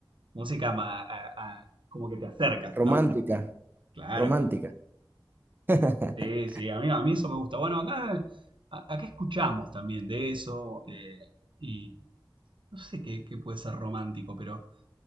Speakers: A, on the right; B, on the right.
A: música ma- a- a- como que te acerca,
B: romántica,
A: ¿no? Claro,
B: romántica. <laughs>
A: sí, sí, a mí, a mí eso me gusta. Bueno, acá, a- acá escuchamos también de eso eh, y no sé qué, qué puede ser romántico, pero